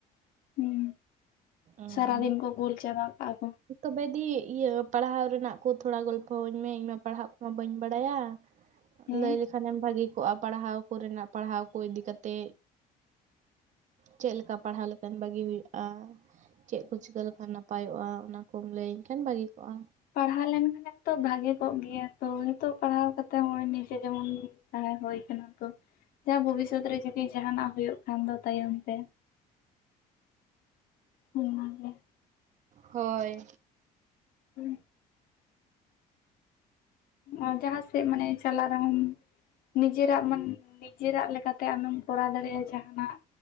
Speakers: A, on the left; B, on the right.
A: ᱦᱮᱸ
B: ᱩᱸ
A: ᱥᱟᱨᱟ ᱫᱤᱱ? ᱜᱩᱞ ᱪᱟᱵ ᱠᱟᱼᱟ ᱠᱚ᱾
B: ᱛᱚᱵᱮ ᱫᱤ ᱤᱭᱟᱹ ᱯᱟᱲᱦᱟᱣ ᱨᱮᱱᱟᱜ ᱠᱚ ᱛᱷᱚᱲᱟ ᱜᱚᱞᱯᱷᱚᱟᱹᱧ ᱢᱮ ᱤᱧᱢᱟ ᱯᱟᱲᱦᱟᱜ ᱠᱚᱢᱟ ᱵᱟᱹᱧ ᱵᱟᱲᱟᱭᱟ᱾
A: ᱦᱮᱸ
B: ᱞᱟᱹᱭ ᱞᱮᱠᱷᱟᱱᱮᱢ ᱵᱷᱟᱜᱮ ᱠᱚᱜ-ᱟ ᱯᱟᱲᱦᱟᱣ ᱠᱚᱨᱮᱱᱟᱜ ᱯᱟᱲᱦᱟᱣ ᱠᱚ ᱤᱫᱤ ᱠᱟᱛᱮ᱾ ᱪᱮᱫᱮ ᱞᱮᱠᱟ ᱯᱟᱲᱦᱟᱣ ᱞᱮᱠᱷᱟᱱ ᱵᱷᱟᱹᱜᱤ ᱦᱩᱭᱩᱜ-ᱟ ᱪᱮᱫ ᱠᱚ ᱪᱤᱠᱟᱹ ᱞᱮᱠᱷᱟᱱ ᱱᱟᱯᱟᱭᱚᱜ-ᱟ᱾ ᱚᱱᱟᱠᱚᱢ ᱞᱟᱹᱭᱟᱹᱧ ᱠᱷᱟᱱ ᱵᱷᱟᱹᱜᱤ ᱠᱚᱜ-ᱟ᱾
A: ᱯᱟᱲᱦᱟᱣ ᱞᱮᱱᱠᱷᱟᱱ ᱛᱚ ᱵᱷᱟᱜᱮ ᱠᱚᱜ ᱜᱮᱭᱟ ᱛᱚ ᱱᱤᱛᱚᱜ ᱯᱟᱲᱦᱟᱣ ᱠᱟᱛᱮᱜ ᱱᱚᱜ ᱚᱭ ᱱᱤᱡᱮ ᱡᱮᱢᱚᱱ ᱛᱟᱦᱮᱸ ᱦᱳ ᱠᱟᱱᱟ ᱛᱚ ᱡᱟᱦᱟᱸ ᱵᱷᱚᱵᱤᱥᱚᱛ ᱨᱮ ᱡᱩᱫᱤ ᱡᱟᱦᱟᱱᱟᱜ ᱦᱩᱭᱩᱜ ᱠᱷᱟᱱ ᱫᱚ ᱛᱟᱭᱚᱢ ᱛᱮ᱾ ᱚᱱᱟᱜᱮ᱾
B: ᱦᱳᱭ᱾
A: ᱦᱩᱸ᱾ ᱚ ᱡᱟᱦᱟᱸ ᱥᱮᱫ ᱢᱟᱱᱮ ᱪᱟᱞᱟᱜ ᱨᱮᱦᱚᱸᱢ ᱱᱤᱡᱮᱨᱟᱜ ᱢᱟᱱ ᱱᱤᱡᱮᱨᱟᱜ ᱞᱮᱠᱟᱛᱮ ᱟᱢᱮᱢ ᱠᱚᱨᱟᱣ ᱫᱟᱲᱮᱭᱟᱜ-ᱟ ᱡᱟᱦᱟᱱᱟᱜ